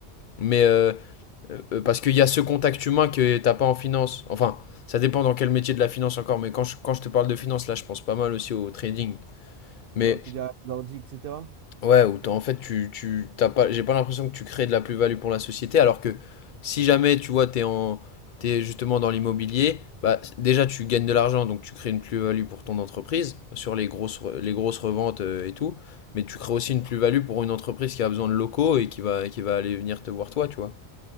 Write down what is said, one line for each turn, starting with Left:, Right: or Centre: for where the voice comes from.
Left: Mais euh, Euh, euh, parce qu'il y a ce contact humain que t'as pas en finance. Enfin, ça dépend dans quel métier de la finance encore, mais quand je, quand je te parle de finance, là, je pense pas mal aussi au trading. Mais
Right: Ouais, où t'es derrière l'ordi, etc.
Left: ouais, où t'as- en fait, tu, tu, t'as pas, j'ai pas l'impression que tu crées de la plus-value pour la société, alors que si jamais, tu vois, t'es en, t'es justement dans l'immobilier, bah, déjà, tu gagnes de l'argent, donc tu crées une plus-value pour ton entreprise, sur les grosses, re- les grosses reventes euh, et tout, mais tu crées aussi une plus-value pour une entreprise qui a besoin de locaux et qui va, qui va aller venir te voir toi, tu vois.